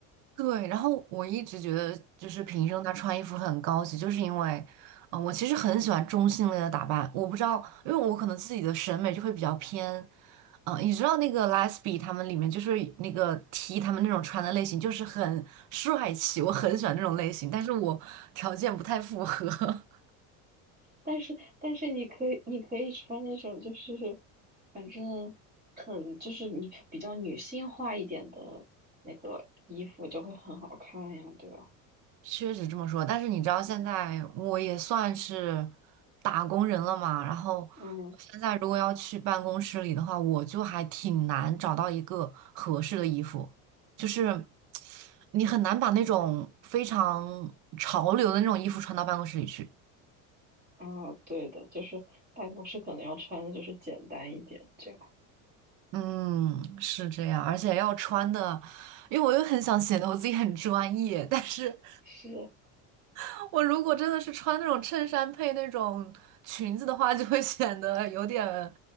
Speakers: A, on the right (about 55°); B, on the right (about 25°).
A: 对，然后我一直觉得，就是平生她穿衣服很高级，就是因为，啊、我其实很喜欢中性类的打扮。我不知道，因为我可能自己的审美就会比较偏，嗯、你知道那个 Lesbi 他们里面就是那个 T 他们那种穿的类型，就是很帅气，我很喜欢那种类型，但是我条件不太符合。<laughs>
B: 但是但是你可以你可以穿那种就是反正很就是你比较女性化一点的那个衣服就会很好看呀，对吧？
A: 确实这么说，但是你知道现在我也算是打工人了嘛，然后
B: 嗯
A: 我现在如果要去办公室里的话，我就还挺难找到一个合适的衣服，就是你很难把那种非常潮流的那种衣服穿到办公室里去。
B: 啊，对的，就是办公室可能要穿的就是简单一点，这样
A: 嗯，是这样，而且要穿的，因为我又很想显得我自己很专业，但是
B: 是。
A: <laughs> 我如果真的是穿那种衬衫配那种裙子的话，就会显得有点